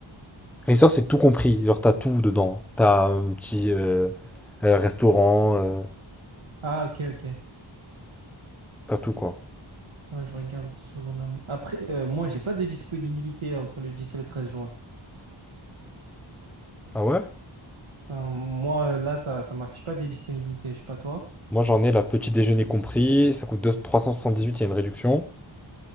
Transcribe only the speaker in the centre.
Resort, c'est tout compris. Genre, t'as tout dedans. T'as un petit euh, euh, restaurant, euh,
t'as tout, quoi.
Ah ouais?
Moi, j'en ai la petit déjeuner compris. Ça coûte deux trois cent soixante dix huit il y a une réduction.